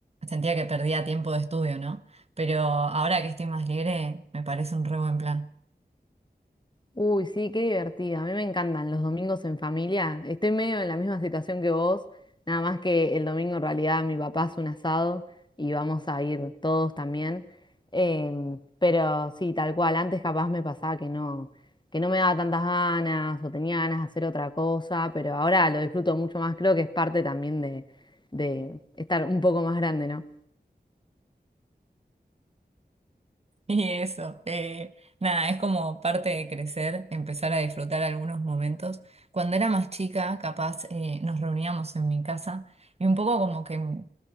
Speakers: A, on the right; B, on the left.
A: sentía que perdía tiempo de estudio, ¿no? Pero ahora que estoy más libre, me parece un re buen plan. <laughs>
B: Uy, sí, qué divertida. A mí me encantan los domingos en familia. Estoy medio en la misma situación que vos, nada más que el domingo en realidad mi papá hace un asado y vamos a ir todos también. Em, pero sí, tal cual, antes capaz me pasaba que no, que no me daba tantas ganas o tenía ganas de hacer otra cosa, pero ahora lo disfruto mucho más. Creo que es parte también de, de estar un poco más grande, ¿no?
A: Y eso, eh, nada, es como parte de crecer, empezar a disfrutar algunos momentos. Cuando era más chica, capaz eh, nos reuníamos en mi casa y un poco como que, no,